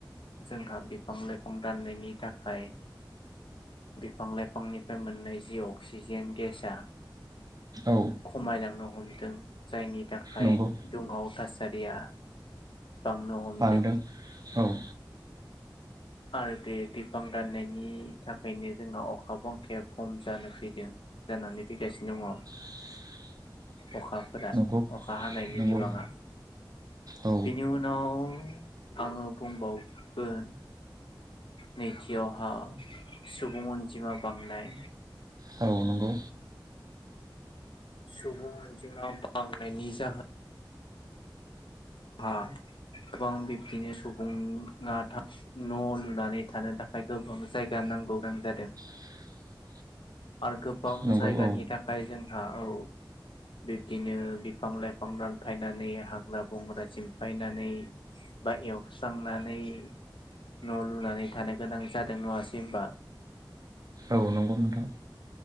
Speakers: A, on the left; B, on the right.
A: जोंहा बिफां लाइफां दाननायनि थाखाय बिफां लाइफांनिफ्राय मोननाय जि अक्सिजेन गेसआ
B: औ
A: खमायलांनो हमदों जायनि थाखाय
B: नंगौ
A: दुंहाव थासारिया बांनो हमदों
B: बांदों औ
A: आरो बे बिफां दाननायनि थाखायनो जोंहा अखा बांखाया खम जानो फैदों जानानै फैगासिनो दङ
B: <inaudible>
A: अखाफोरा
B: नंगौ
A: अखा हानायनि
B: नंगौ
A: बिबाङा
B: औ
A: बिनि उनाव आङो बुंबावगोन नैथियावहा सुबुं अनजिमा बांनाय
B: औ नंगौ
A: सुबुं अनजिमा बांनायनि जाहोन हा गोबां बिब्दिनो सुबुङा था न' लुनानै थानो थाखाय गोबां जायगानि नांगौ गां जादों
B: <inaudible>
A: आरो गोबां
B: नंगौ
A: जायगानि
B: औ
A: थाखाय जोंहा औ बिब्दिनो बिफां लाइफां दानफायनानै हाग्रा बंग्रा सिमफायनानै बा एवस्रांनानै न' लुनानै थानो गोनां जादों न'आसेै होनबा
B: औ नंगौ नोंथां।